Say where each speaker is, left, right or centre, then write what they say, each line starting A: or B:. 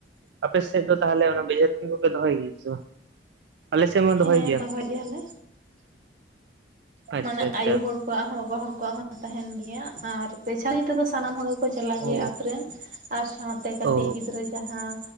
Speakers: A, on the right (about 75°); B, on the right (about 45°).
A: ᱟᱯᱮ ᱥᱮᱫ ᱫᱚ ᱛᱟᱦᱚᱞᱮ ᱚᱱᱟ ᱵᱷᱮᱡᱟ ᱛᱩᱝ ᱠᱚᱯᱮ ᱫᱚᱦᱚᱭ ᱜᱮᱭᱟ ᱥᱮ ᱵᱟᱝ? ᱟᱞᱮ ᱥᱮᱫ ᱢᱟ
B: ᱦᱮᱸ
A: ᱜᱮᱭᱟ
B: ᱫᱚᱦᱚᱭ
A: ᱠᱚ
B: ᱜᱮᱭᱟᱞᱮ
A: ᱟᱪᱪᱷᱟ
B: ᱢᱟᱱᱮ
A: ᱟᱪᱪᱷᱟ
B: ᱟᱭᱩ ᱦᱚᱲ ᱠᱚᱼᱼ ᱟᱭᱳ ᱦᱚᱲ ᱠᱚᱣᱟᱜ ᱦᱚᱸ ᱵᱟᱵᱟ ᱦᱚᱲ ᱠᱚᱣᱟᱜ ᱦᱚᱸ ᱛᱟᱦᱮᱱ ᱜᱮᱭᱟ ᱟᱨ ᱯᱮᱪᱟᱱᱤ ᱛᱮᱫᱚ ᱥᱟᱱᱟᱢ ᱦᱚᱲᱼᱼ ᱠᱚ ᱪᱟᱞᱟᱜ ᱜᱮᱭᱟ
A: ᱚ
B: ᱟᱛᱳ ᱨᱮᱱ ᱟᱨ ᱥᱟᱶᱛᱮ ᱠᱟᱹᱴᱤᱡ
A: ᱚ
B: ᱜᱤᱫᱽᱨᱟᱹ ᱡᱟᱦᱟᱸᱼᱼ